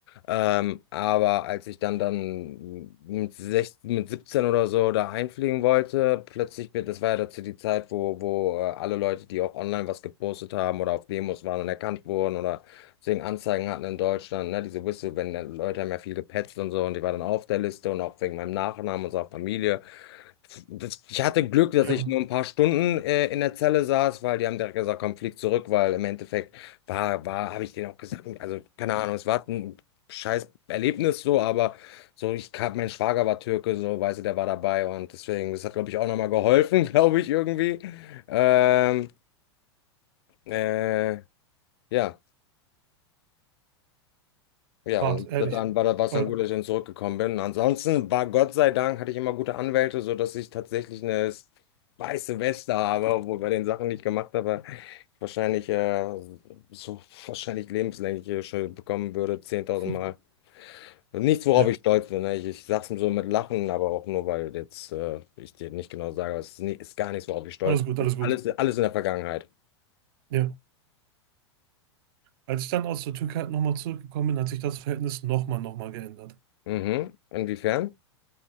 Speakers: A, on the left (about 60°); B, on the right (about 55°).
A: Ähm, aber als ich dann dann mit, 16, mit 17 oder so da einfliegen wollte, plötzlich, bin- das war ja dazu die Zeit, wo, wo äh, alle Leute, die auch online was gepostet haben oder auf Demos waren und erkannt wurden oder deswegen Anzeigen hatten in Deutschland, ne, diese Whistle, wenn äh, Leute haben ja viel gepetzt und so und ich war dann auf der Liste und auch wegen meinem Nachnamen und so auch Familie. Das, ich hatte Glück, dass
B: ja,
A: ich nur ein paar Stunden äh, in der Zelle saß, weil die haben direkt gesagt, komm, flieg zurück, weil im Endeffekt war, war, habe ich denen auch gesagt, also keine Ahnung, es war ein scheiß Erlebnis so, aber so, ich kam, mein Schwager war Türke, so, weißt du, der war dabei und deswegen, das hat, glaube ich, auch nochmal geholfen, <laughs> glaube ich, irgendwie. Ähm, äh, ja. Ja,
B: hart,
A: und
B: ehrlich.
A: dann war das war es
B: Aber,
A: dann gut, dass ich dann zurückgekommen bin. Ansonsten war Gott sei Dank, hatte ich immer gute Anwälte, sodass ich tatsächlich eine weiße Weste habe, obwohl bei den Sachen, die ich gemacht habe, wahrscheinlich äh, so wahrscheinlich lebenslänglich schon bekommen würde, 10.000
B: hm,
A: Mal. Also Nichts, worauf
B: ja,
A: ich stolz bin. Ne? Ich, ich sag's so mit Lachen, aber auch nur, weil jetzt äh, ich dir nicht genau sage, aber es ist, nie, ist gar nichts, worauf ich stolz
B: alles gut,
A: bin.
B: alles gut.
A: Alles, alles in der Vergangenheit.
B: Ja. Als ich dann aus der Türkei halt nochmal zurückgekommen bin, hat sich das Verhältnis nochmal, nochmal geändert.
A: Mhm. Inwiefern?